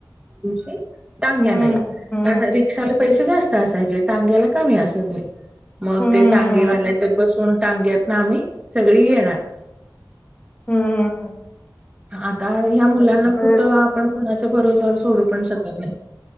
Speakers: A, on the right (about 15°); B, on the left (about 20°).
A: त्या दिवशी टांग्यान
B: हम्म
A: या
B: हम्म हम्म
A: कारण रिक्षाला पैसे जास्त असायचे टांग्याला कमी असायचे. मग
B: हम्म
A: ते टांगेवाल्याच्यात
B: हम्म
A: बसून टांग्यात न आम्ही सगळी येणार.
B: हम्म हम् हम्.
A: आता ह्या मुलांना
B: म्हणजे
A: कुठं आपण कुणाच्या भरोवशावर सोडू पण शकत नाही.